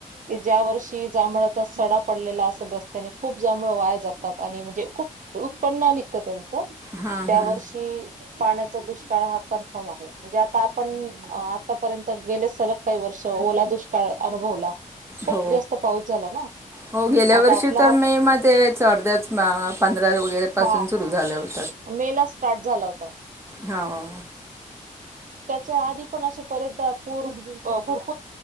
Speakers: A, on the right; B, on the right.
A: की ज्या वर्षी जांभळाचा सडा पडलेला असेल रस्त्याने खूप जांभळ वाया जातात आणि म्हणजे खूप उत्पन्न निघत त्यांचं.
B: हां
A: त्या
B: हां
A: वर्षी पाण्याचा दुष्काळ हा कन्फर्म आहे. म्हणजे आता आपण आतापर्यंत गेले सलग काही वर्ष ओला दुष्काळ अनुभवला खूप
B: हो.
A: जास्त पाऊस झाला ना
B: हो गेल्या
A: आता
B: वर्षी
A: आपला
B: तर
A: हा
B: मे मध्ये यायच अर्ध्याच वगैरेपसून
A: हा
B: सुरू झाल्या होत.
A: मे ला स्टार्ट झाला होता.
B: हो.
A: च्या आधी पण असे बरेचदा पूर पूर